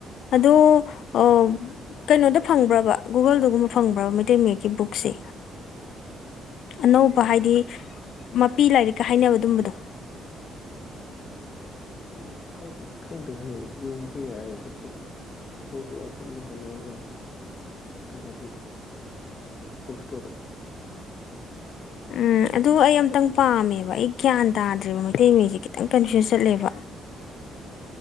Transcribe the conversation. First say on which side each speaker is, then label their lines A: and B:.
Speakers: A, on the left; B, on the left.
A: ꯑꯗꯣ ꯑꯥ ꯀꯩꯅꯣꯗ ꯐꯪꯕ꯭ꯔꯕ ꯒꯨꯒꯜꯗꯨꯒꯨꯝꯕ ꯐꯪꯕ꯭ꯔꯕ ꯃꯩꯇꯩ ꯃꯌꯦꯛꯀꯤ ꯕꯨꯛꯁꯦ꯫ ꯑꯅꯧꯕ ꯍꯥꯏꯗꯤ꯫ ꯄꯤ ꯂꯥꯏꯔꯤꯛꯀ ꯍꯥꯏꯅꯕ ꯑꯗꯨꯝꯕꯗꯣ꯫
B: ꯎꯝ ꯈꯪꯗ‌ꯦ ꯈꯪꯗ‌ꯦꯟꯍ‌ꯦ ꯌꯦꯡꯕ ꯌꯥꯏ ꯑꯗꯨ ꯃꯣꯏꯒꯤ ꯋꯥꯆꯞ ꯅꯝꯕꯔ ꯂꯧꯔꯒ ꯀꯩꯅꯣꯒꯤ ꯕꯨꯛꯁ꯫
A: ꯎꯝ ꯑꯗꯨ ꯑꯩ ꯑꯝ꯫ ꯇꯪ ꯄꯥꯝꯃꯦꯕ ꯑꯩ ꯒ꯭ꯌꯥꯟ ꯇꯥꯗ꯭ꯦꯔꯤꯕ ꯃꯩꯇꯩ ꯃꯌꯦꯛꯁꯦ ꯈꯤꯇꯪ ꯀꯟꯐ꯭ꯌꯨꯁ ꯆꯠꯂꯦꯕ꯫